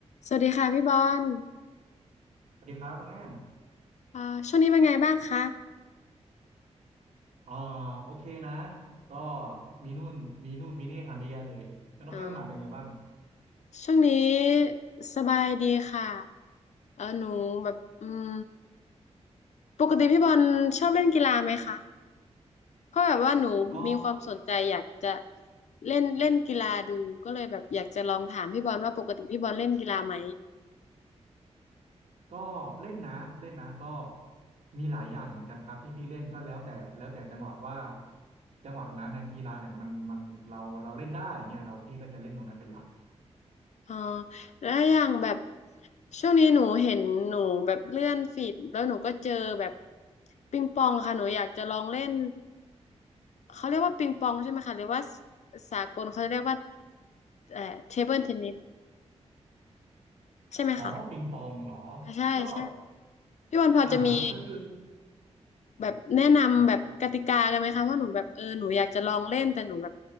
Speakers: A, on the left; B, on the right.
A: สวัสดีค่ะพี่บอล
B: สวัสดีครับน้องแอม
A: อ่าช่วงนี้เป็นไงบ้างคะ
B: อ่าโอเคนะก็มีนู่นมีนู่นมีนี่ทำเยอะแยะเลยแล้วน้องแอมล่ะเป็นไงบ้าง
A: อ๋อช่วงนี้สบายดีค่ะเออหนูแบบอืมปกติพี่บอลชอบเล่นกีฬาไหมคะ เพราะแบบว่าหนูมีความสนใจอยากจะ
B: อ๋อ
A: เล่นเล่นกีฬาดูก็เลยแบบอยากจะลองถามพี่บอลว่าปกติพี่บอลเล่นกีฬาไหม
B: ก็เล่นนะเล่นนะก็มีหลายอย่างเหมือนกันครับที่พี่เล่นก็แล้วแต่แล้วแต่จังหวะว่าจังหวะนั้นนะกีฬาไหนมันมันเราเราเล่นได้เงี้ยเราพี่ก็จะเล่นตรงนั้นเป็นหลัก
A: อ๋อแล้วอย่างแบบช่วงนี้หนูเห็นหนูแบบเลื่อนฟีดแล้วหนูก็เจอแบบปิงปองค่ะหนูอยากจะลองเล่น เขาเรียกว่าปิงปองใช่ไหมคะหรือว่าสสากลเขาเรียกว่าเอ่อเทเบิลเทนนิสใช่ไหมคะ
B: อ๋อปิงปองเหรอ
A: อ่าใช่ใช่
B: ก็
A: พี่วันพอจะมี
B: อ่าฮะคือคือ
A: แบบแนะนำแบบกติกากันไหมคะว่าหนูแบบเออหนูอยากจะลองเล่นแต่หนูแบบ
B: ครับ